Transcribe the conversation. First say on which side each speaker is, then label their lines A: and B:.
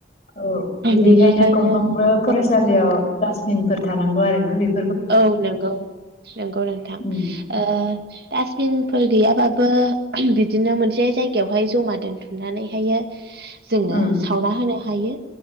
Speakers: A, on the left; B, on the right.
A: औ बिनिखायनो
B: बेनिखायनो
A: गंफ्रोमबो फरायसालियाव
B: औ
A: दासबिनफोर थानांगौ आरो ना बे
B: औ नंगौ नंगौ नोंथां
A: उम
B: ओ डासटबिनफोर गैयाबाबो बिदिनो मोनसे जायगायावहाय जमा दोनथुमनानैहायओ जोंङो
A: उम
B: सावना होनो हायो